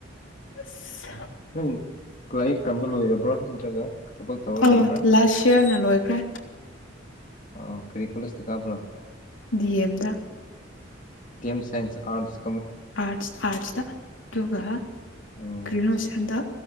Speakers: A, on the left (about 75°); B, on the left (about 40°).
A: ꯑꯁ
B: ꯅꯪ ꯂꯥꯏꯔꯤꯛ ꯇꯝꯕ ꯂꯣꯏꯔꯕ꯭ꯔꯣ ꯅꯠꯇ꯭ꯔꯒ ꯊꯕꯛ ꯇꯧꯔ
A: ꯑꯥ
B: ꯂꯩꯕ꯭ꯔꯥ
A: ꯂꯥꯁ ꯏꯌꯥꯔꯅ ꯂꯣꯏꯈ꯭ꯔꯦ
B: ꯑꯣ ꯀꯔꯤ ꯀꯣꯜꯂꯦꯖꯇ ꯇꯝꯃꯛꯄ꯭ꯔꯣ
A: ꯗꯤ ꯑꯦꯝꯗ
B: D M science arts
A: arts ꯑꯥꯔꯠꯁꯇ ꯑꯗꯨꯒ
B: ꯎꯝ
A: ꯒ꯭ꯔꯦꯖ꯭ꯋꯦꯁꯟꯗ